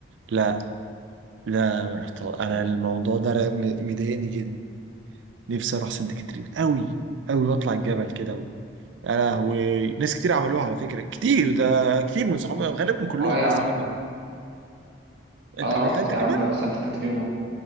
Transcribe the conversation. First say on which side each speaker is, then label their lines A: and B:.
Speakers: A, on the right; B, on the right.
A: لا لا ما رحت أنا الموضوع ده ر- م- مضايقني جدا نفسي أروح سانت كاترين أوي أوي وأطلع الجبل كده و... يا لهوي ناس كتير عملوها على فكرة كتير ده كتير من صحابي غالبا كلهم
B: اه يا
A: أصلا
B: عم
A: عملوها أنت
B: انا
A: عملتها
B: رحت
A: أنت
B: يا
A: كمان؟
B: عم سانت كاترينا